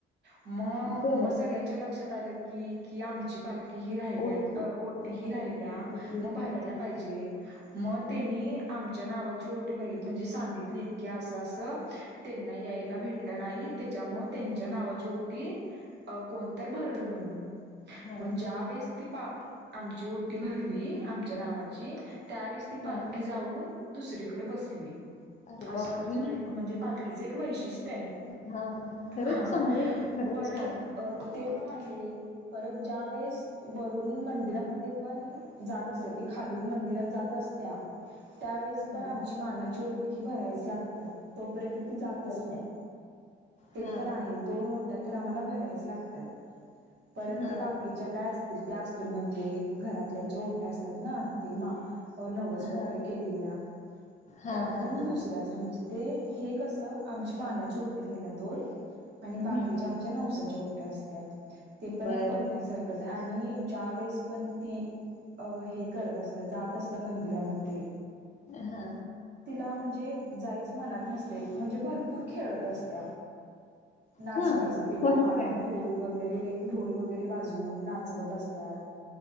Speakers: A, on the right; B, on the left.
A: मग
B: बर
A: मग सगळ्यांच्या लक्षात आलं की की आम <unintelligible>
B: ओके हा ओके करायचं राहिलं.
A: आमच्या नावाची ओटी भरलीत म्हणजे सांगित. इतक्या असं असं त्यांना यायला भेटलं नाही त्याच्यामु त्यांच्या नावाची ओटी अ कोणत भरल म्हणून
B: हा
A: मग ज्या वेळेस ती पा आमची ओटी भरली. आमच्या नावाची त्यावेेळेस ती
B: हा
A: पालखी जाऊन दुसरीकडे बसली.
B: अरे
A: अशा
B: बापरे
A: आमच्या
B: हा
A: म्हणजे पालखीचं एक वैशिष्ट्य आहे.
B: हा खरंच
A: हा
B: चांगलं आहे की. खरंच
A: परत
B: छान आहे.
A: अ ते पण आहे. परत ज्या वेळेस वरून मंदिरामध्ये पण जात असत ती खालून. मंदिरात जात असत्या. त्यावेळेस पण
B: हा
A: आमची मानाची ओटी ही भरायच लागत्या. तोपर्यंत ती जातच
B: बर
A: नाही. ते
B: हां
A: पण आहे दोन ओट्या तर आम्हाला भरायच लागतात. परत
B: हां
A: ते बाकीच्या काय अस तील त्या असतील. म्हणजे घरातल्याच्या ओट्या असतात ना. नवस
B: हां
A: वगैरे केलेल्या.
B: हां
A: त्या
B: हां
A: पण
B: हां
A: दुसऱ्या म्हणजे ते हे कस आमची मानाची ओटी झाल्या दोन. आणि बाकीच्या
B: हं,
A: आमच्या नवसाच्या ओट्या. ट्या असत्यात. पण
B: बर
A: बघण्यासारख आणि ज्या वेळेस पण ती. अ हे करत असत्या जात असत्या मंदिरामध्ये.
B: हा.
A: हा म्हणजे जायच मनात नसते. म्हणजे भरपूर खेळत असते. नाचवायच
B: हां
A: तिला
B: हो
A: हा
B: काय
A: ढोल वग वगैरे ढोल वगैरे वाजून नाचवत असत्यात.